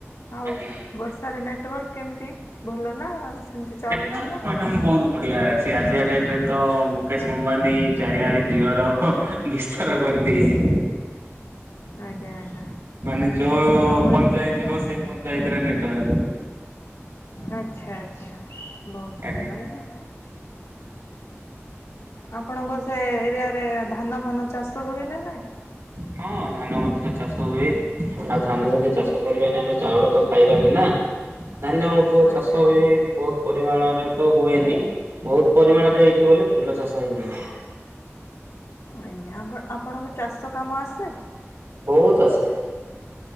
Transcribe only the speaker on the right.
ଆଜ୍ଞା।
ନେଟୟାର୍ <unintelligible>
ବହୁତ୍ ବଢିଆ ଅଛି ଆଜିିକା ଡେଟ୍ ରେ ତ ମୁକେଶ ଅମ୍ବାନୀ ଚାରିଆଡେ ଜିଓର ନିସ୍ଥାର କରିଦେଇଛି।
ମାନେ ଯୋଉ
ପଞ୍ଚାୟତ
ଯିବ
ସେ ପଞ୍ଚାୟତରେ ନେଟୱାର୍କ।
ଆଜ୍ଞା
ହଁ ଧାନ ମଧ୍ୟ ଚାଷ ହୁଏ ଆଉ ଧାନ ଯଦି ଚାଷ କରିବାନି ଆମେ ଚାଉଳ ତ ପାଇବାନି ନା? ଧାନ୍ୟ ମଧ୍ୟ
ଚାଷ
ହୁଏ ବହୁତ ପରିମାଣରେ ତ ହୁଏନି। ବହୁତ ପରିମାଣରେ ଏଇଠି ବୋଲି ଫୁଲ ଚାଷ ହିଁ ହୁଏ।
ବହୁତ୍ ଆସେ।